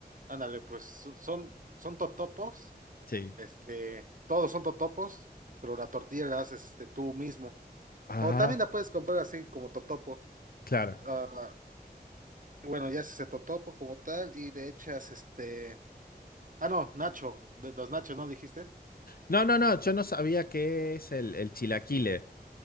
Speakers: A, on the right (about 50°); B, on the left (about 60°).
A: Ándale, pues so- son, son totopos,
B: Sí.
A: este, todos son totopos, pero la tortilla la haces este, tú mismo.
B: Ah,
A: O también la puedes comprar así como totopo.
B: claro.
A: Ah, bueno, ya se totopo como tal y de hechas este... Ah, no, nacho, de los nachos, ¿no dijiste?
B: No, no, no, yo no sabía qué es el, el chilaquile.